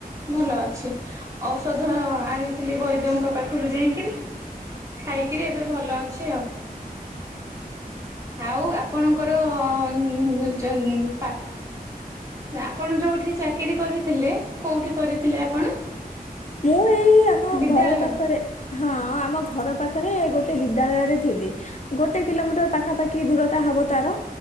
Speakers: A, on the right (about 20°); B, on the left (about 50°).
A: ଭଲ ଅଛି। ଔଷଧ ଆଣିଥିଲି ବୈଦଙ୍କ ପାଖରୁ ଯାଇକିରି। ଖାଇକିରି ଏବେ ଭଲ ଅଛି ଆଉ। ଆଉ ଆପଣଙ୍କର ଉଁ ପା ଆପଣ ଯୋଉଠି ଚାକିରି କରିଥିଲେ କୋଉଠି କରିଥିଲେ ଆପଣ?
B: ମୁଁ ଏଇ ଆମ
A: ବିଦ୍ୟାଳୟରେ
B: ଘର ପାଖରେ। ହଁ ଆମ ଘର ପାଖରେ ଗୋଟେ ବିଦ୍ୟାଳୟରେ ଥିଲି। ଗୋଟେ କିଲୋମିଟର ପାଖାପାଖି ଦୂରତା ହବ ତାର।